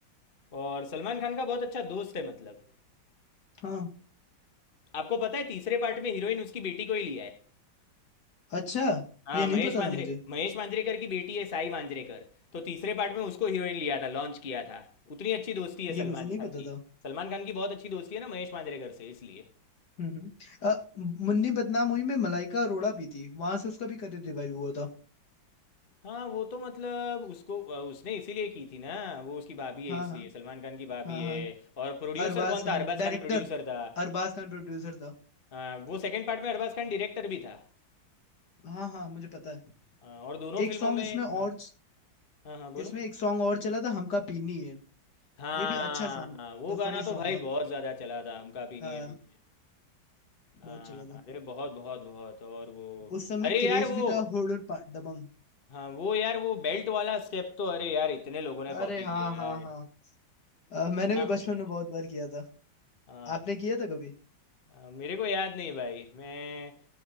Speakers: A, on the left; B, on the left.
A: और सलमान खान का बहुत अच्छा दोस्त है मतलब
B: हाँ हाँ
A: आपको पता है तीसरे पार्ट में हीरोइन उसकी बेटी को ही लिया है
B: अच्छा
A: हाँ
B: ये नहीं
A: महेश
B: पता
A: मांजरे
B: था मुझे
A: महेश मांजरेकर की बेटी है साई मांजरेकर तो तीसरे पार्ट में उसको हीरोइन लिया था लॉन्च किया था उतनी अच्छी दोस्ती है
B: ये
A: सलमान
B: मुझे नहीं
A: खान
B: पता
A: की
B: था
A: सलमान खान की बहुत अच्छी दोस्ती है ना महेश मांजरेकर से इसलिए
B: हम्म हम्म। अ, मुन्नी बदनाम हुई में मलाइका अरोड़ा भी थी वहां से उसका भी करियर रिवाइव हुआ था
A: हाँ वो तो मतलब उसको उसने इसीलिए की थी ना वो उसकी भाभी है
B: हाँ
A: इसलिए
B: हाँ
A: सलमान खान की भाभी
B: हाँ
A: है
B: हाँ
A: और प्रोड्यूसर
B: अरबाज
A: कौन
B: खान
A: था अरबाज खान
B: डायरेक्टर
A: प्रोड्यूसर था
B: अरबाज खान प्रोड्यूसर था
A: हाँ, वो सेकंड पार्ट में अरबाज खान डायरेक्टर भी था
B: हाँ हाँ मुझे पता है
A: हाँ, और दोनों
B: एक
A: फिल्मों
B: सॉन्ग
A: में
B: इसमें और
A: हाँ हाँ हाँ बोलो
B: इसमें एक सॉन्ग और चला था हमका पीनी है
A: हाँ
B: ये भी अच्छा सॉन्ग
A: हाँ, वो
B: था
A: गाना
B: फनी
A: तो
B: सॉन्ग
A: भाई
B: था
A: बहुत ज़्यादा चला था हमका पीनी
B: हाँ
A: है पीनी है हाँ
B: बहुत चला था
A: अरे बहुत बहुत बहुत और वो
B: उस समय
A: अरे
B: क्रेज
A: यार वो
B: भी था हुडुर पा- दबंग
A: हाँ वो यार वो बेल्ट वाला स्टेप तो अरे यार इतने लोगों ने कॉपी
B: अरे हाँ
A: किया
B: हाँ
A: है
B: हाँ अ,
A: कितना
B: मैंने भी बचपन
A: कॉपी हुआ
B: में
A: था
B: बहुत बार किया था
A: हाँ
B: आपने
A: हाँ।
B: किया था कभी
A: आ, मेरे को याद नहीं भाई मैं